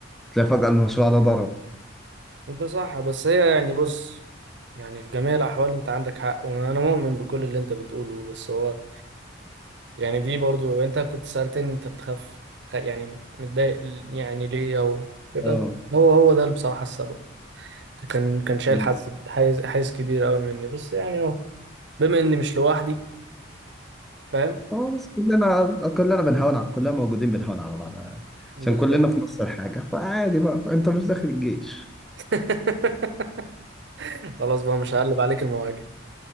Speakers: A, in the centre; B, on the right (about 60°).
A: تلاقي فجأة المشروع ده ضرب
B: انت صح بس هي يعني بص يعني في جميع الاحوال انت عندك حق وانا مؤمن بكل اللي انت بتقوله بس هو يعني دي برضو انت كنت سألتني انت بتخاف خ- يعني متضايق يعني ليه او كده
A: اه
B: هو هو ده بصراحة السبب كان كان شايل
A: مم.
B: حز حيز حيز كبير قوي مني بس يعني اهو بما اني مش لوحدي فاهم
A: خلاص كلنا كلنا بنهون على كلنا موجودين بنهون على بعض يعني.
B: بالظبط
A: عشان كلنا في نفس الحاجة فعادي بقى انت مش داخل الجيش
B: <laughs> خلاص بقى مش هقلب عليك المواجع